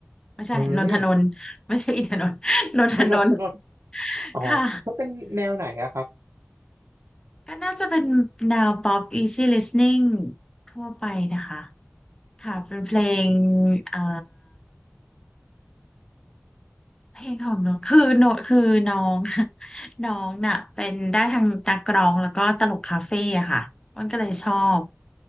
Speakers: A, on the left (about 15°); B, on the right (about 85°).
A: ไม่ใช่นนทนนท์ไม่ใช่อินทนนท์นนทนนท์
B: อืม <laughs> คุณโอนคุณโอน
A: <laughs>
B: อ๋อมันเป็นแนวไหนอะครับ
A: ค่ะก็น่าจะเป็นแนว pop easy listening ทั่วไปนะคะค่ะเป็นเพลงเอ่อ เพลงของน้องคือโนคือน้อง <laughs> น้องน่ะเป็นได้ทางนักร้องแล้วก็ตลกคาเฟ่อะค่ะมันก็เลยชอบ